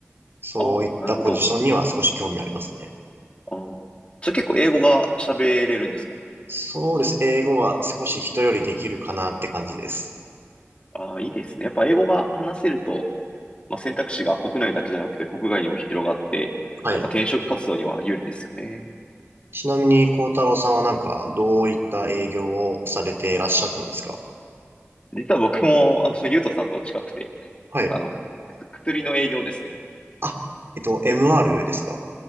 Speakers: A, on the right; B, on the left.
A: そういったポジションには少し興味ありますね。
B: ああ、なるほど。あーじゃあ結構英語が喋れるんですか
A: そうです。英語は少し人よりできるかなって感じです。
B: ああいいですね。やっぱ英語が話せると、まあ、選択肢が国内だけじゃなくて国外にも広がって、
A: はい。
B: やっぱ転職活動には有利ですよね。
A: ちなみに、幸太郎さんはなんか、どういった営業をされていらっしゃったんですか
B: 実は僕も、あの、ゆうとさんと近くて、
A: はい。
B: 僕あの、く薬の営業ですね。
A: あ、えっと、MR ですか